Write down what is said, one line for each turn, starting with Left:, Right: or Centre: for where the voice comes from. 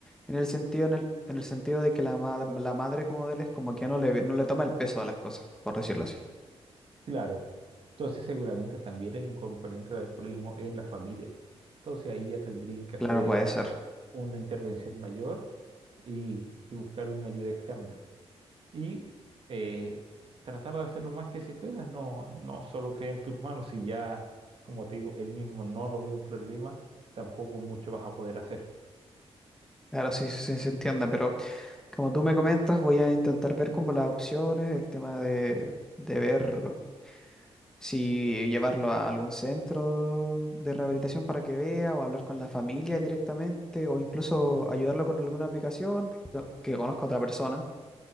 Centre: en el sentido, en el, en el sentido de que la, ma- la madre como de él es como que no le, no le toma el peso a las cosas, por decirlo así.
Right: Claro. Entonces, seguramente también hay un componente de alcoholismo en la familia. Entonces, ahí ya tendrían que hacer
Centre: Claro, puede ser.
Right: una intervención mayor y, y buscar una ayuda externa. y eh, tratar de hacer lo más que se pueda, no, no solo quede en tus manos, si ya, como te digo, él mismo no lo ve un problema, tampoco mucho vas a poder hacer.
Centre: Claro, sí, sí se entiende, pero como tú me comentas, voy a intentar ver como las opciones, el tema de, de ver. Si llevarlo a algún centro de rehabilitación para que vea, o hablar con la familia directamente, o incluso ayudarlo con alguna aplicación que, que conozca a otra persona.